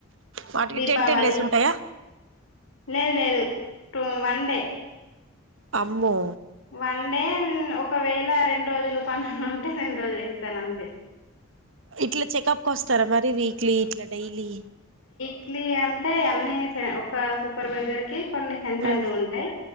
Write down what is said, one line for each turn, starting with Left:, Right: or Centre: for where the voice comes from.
Right: వాటికి
Left: దీపావళి
Right: టెన్ టెన్ డేస్ ఉంటాయా
Left: లేదు లేదు టూ వన్ డే
Right: అమ్మో
Left: వన్ డే ఒకవేళ రెండు రోజులు పనులు ఉంటే రెండు రోజులు ఇస్తారు అంతే
Right: ఇట్లా చెకప్కి వస్తారా మరి వీక్లీ ఇట్లా డైలీ
Left: అన్ని అంటే అన్ని ఒక సూపర్వైజర్ కి కొన్ని సెంటర్లు
Right: మ్మ్
Left: ఉంటాయి